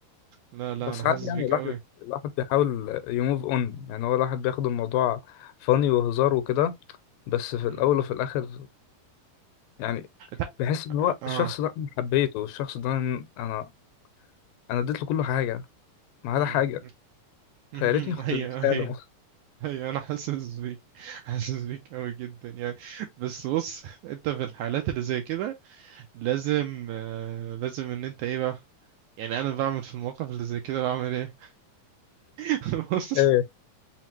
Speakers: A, on the right; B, on the left.
A: لا لا
B: بس
A: انا حاسس
B: عادي يعني
A: بيك
B: الواحد
A: قوي
B: الواحد بيحاول يموف اون يعني هو الواحد بياخد الموضوع فاني وهزار
A: مم.
B: وكده بس في
A: مم.
B: الأول وفي الآخر يعني
A: لا
B: بحس إن هو
A: اه
B: الشخص ده أنا حبيته الشخص ده أنا أنا أنا اديت له كل حاجة ما عدا
A: مم.
B: حاجة
A: مم. <laughs>
B: فيا ريتني كنت
A: ايوه
B: اديتها
A: ايوه
B: له
A: ايوه انا حاسس بيك حاسس بيك قوي جدا يعني بس بص انت في الحالات اللي زي كده لازم آه لازم ان انت ايه بقى يعني انا بعمل في المواقف اللي زي كده بعمل ايه <laughs> بص
B: ايه